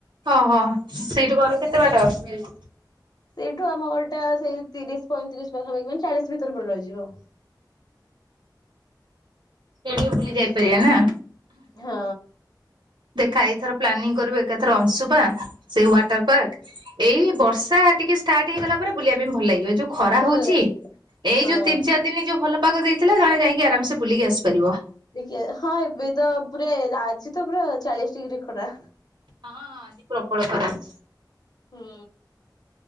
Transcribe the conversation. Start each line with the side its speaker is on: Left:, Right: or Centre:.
Right: ଓହୋ ସେଇଠୁ ଘର କେତେ ବାଟ ମେବି?
Left: ସେଇଠୁ ଆମ ଘରଟା ସେଇ ତିରିଶ ପଇଁତିରିଶ ପାଖାପାଖି ମାନେ ଚାଳିଶ ଭିତ ଭିତରେ ରହିଯିବ।
Right: ସେଇଠିକି ବୁଲି ଯାଇପାରିବା ନା।
Left: ହଁ।
Right: ଦେଖା ଏଇଥର ପ୍ଲାନିଂ କରିବୁ ଏକାଥର ଅଂଶୁବା ସେଇ ୱାଟର ପାର୍କ ଏଇ ବ ର୍ଷା ଟିକେ ଷ୍ଟାର୍ଟ ହେଇଗଲା ପରେ ବୁଲିବା ପାଇଁ ଭଲ ଲାଗିବ। ଯୋଉ ଖରା
Left: ଭଲ
Right: ହଉଛି
Left: ଲାଗିବ
Right: ଏଇ
Left: ହଁ।
Right: ଯୋଉ ତିନି ଚାରି ଦିନି ଯୋଉ ଭଲ ପାଗ ଦେଇଥିଲା ଜଣେ ଯାଇକ ଆରମସେ ବୁଲିକି ଆସିପାରିବ।
Left: ଟିକେ ହଁ ଏବେ ତ ପୁରା ଆଜି ତ ପୁରା ଚାଳିଶ ଡିଗ୍ରୀ ଖରା।
Right: ହଁ ଆଜିି ପ୍ରବଳ ଖରା। <inaudible>
Left: ହୁଁ